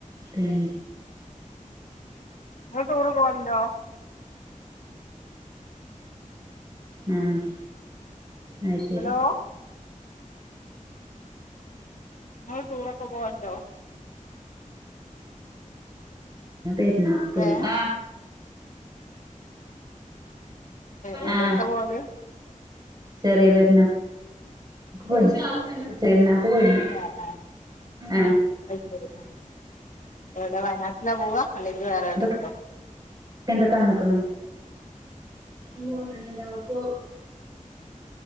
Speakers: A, on the right; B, on the left.
A: പിന്നെ
B: നിങ്ങ ടൂറ് പോവലുണ്ടോ
A: ഉം ആഹ് ശരി
B: ഹലോ നമ്മൾ ടൂറൊക്കെ പോവണ്ടോ
A: പെരുന്നാക്ക് പോയിരുന്നു
B: ഏ
A: ആഹ്
B: എവിടേക്കാ
A: ആഹ്
B: പോവല്
A: ചെറിയ പെരുന്നാൾക്ക് പോയിനി ശേ എന്നക്ക് പോയിരുന്നു
B: ആ ആ
A: ആഹ്
B: അത് ശരി ആഹ് എവിടെ വയനാട്ടിലാ പോവാ അല്ലെങ്കിൽ വേറെ എവിടെ
A: ഇതൊക്കെ
B: ഉണ്ടോ
A: എന്താ തന്നക്കണ ഒന്ന് ഒടനെല്ലാവക്കോ